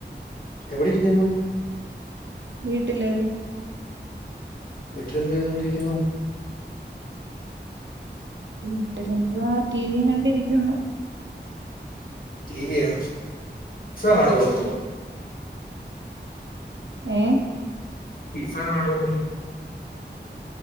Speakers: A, on the left; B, on the right.
A: എവിടെരിക്കുന്ന്
B: വീട്ടില്
A: വിട്ടൽ എന്തു ചെയ്തോണ്ടിരിക്കുന്നു
B: വീട്ടിലെന്തുവ റ്റീവീം കണ്ടിരിക്കുന്നു
A: റ്റിവീയോ കാണുവോപ്പോ
B: ഏ
A: പിസ കാണുവോന്ന്